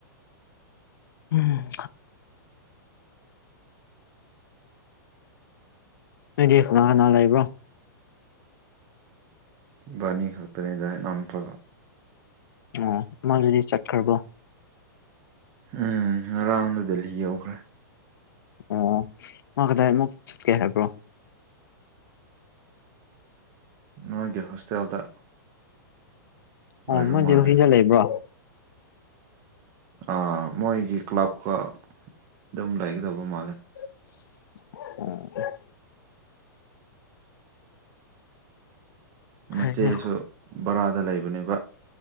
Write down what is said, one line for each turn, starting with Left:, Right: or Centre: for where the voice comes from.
Left: ꯎꯝ ꯅꯣꯏꯗꯤ ꯀꯅꯥ ꯀꯅꯥ ꯂꯩꯕ꯭ꯔꯣ
Right: ꯏꯕꯥꯅꯤ ꯈꯛꯇꯅꯦꯗ ꯏꯅꯥꯎ ꯅꯨꯄꯥꯒ
Left: ꯑꯣ ꯃꯥꯗꯨꯗꯤ ꯆꯠꯈ꯭ꯔꯕꯣ
Right: ꯎꯝ ꯉꯔꯥꯡꯗ ꯗꯦꯜꯂꯤ ꯌꯧꯈ꯭ꯔꯦ
Left: ꯑꯣ ꯑꯣ ꯃꯥ ꯀꯗꯥꯏ ꯑꯃꯨꯛ ꯆꯠꯀꯦ ꯍꯥꯏꯕ꯭ꯔꯣ
Right: ꯅꯣꯏꯒꯤ ꯍꯣꯁꯇꯦꯜꯗ
Left: ꯑꯣ
Right: ꯑꯣꯏꯔ
Left: ꯃꯣꯏꯗꯤ
Right: ꯃꯥꯜꯂꯦ
Left: ꯍꯨꯏꯗ ꯂꯩꯕ꯭ꯔꯣ
Right: ꯑꯥ ꯃꯣꯏꯒꯤ ꯀ꯭ꯂꯕꯀꯥ ꯑꯗꯨꯝ ꯂꯩꯒꯗꯕ ꯃꯥꯜꯂꯦ
Left: ꯑꯣ ꯐꯩꯅꯦ
Right: ꯃꯆꯦꯁꯨ ꯕꯔꯥꯗ ꯂꯩꯕꯅꯦꯕ